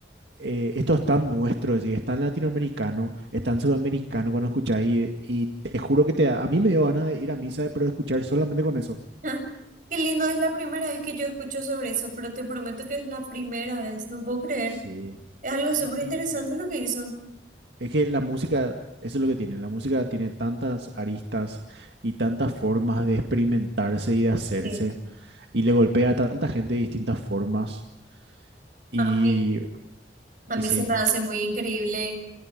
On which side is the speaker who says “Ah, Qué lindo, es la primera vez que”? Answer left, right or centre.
Right